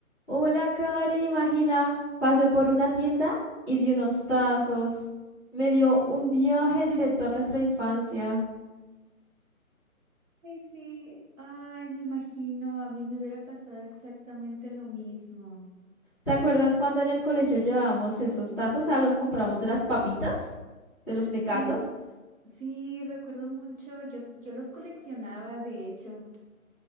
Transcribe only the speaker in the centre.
Hola, Cari, imagina, pasé por una tienda y vi unos tazos. Me dio un viaje directo a nuestra infancia.
¿Te acuerdas cuando en el colegio llevábamos esos tazos? Ah, los compramos de las papitas, de los mecatos.